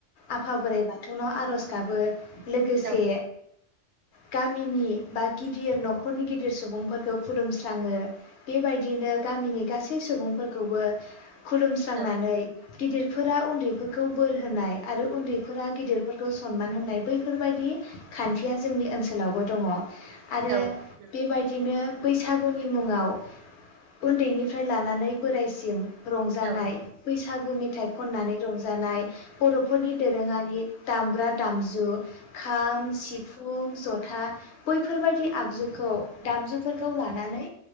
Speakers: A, on the left (about 65°); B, on the right (about 70°).
A: आफा बोराइ बाथौनाव आर'ज गाबो लोगोसे
B: औ
A: गामिनि बा गिदिर न'खरनि गिदिर सुबुंफोरखौ खुलुमस्राङो बेबायदिनो गामिनि गासै सुबुंफोरखौबो खुलुमस्रांनानै
B: औ
A: गिदिरफोरा उन्दैफोरखौ बोर होनाय आरो उन्दैफोरा गिदिरफोरखौ सनमान होननाय बै बेफोरबायदि खान्थिया जोंनि ओनसोलावबो दङ आरो
B: औ नंगौ
A: बेबायदिनो बैसागुनि मुङाव उन्दैनिफ्राय लानानै बोराइसिम रंजानाय
B: औ
A: बैसागु मेथाइ खननानै रंजानाय जानाय बर'फोरनि दोरोङारि दामग्रा दामजु खाम सिफुं जथा बैफोरबायदि आगजुखौ दामजुफोरखौ लानानै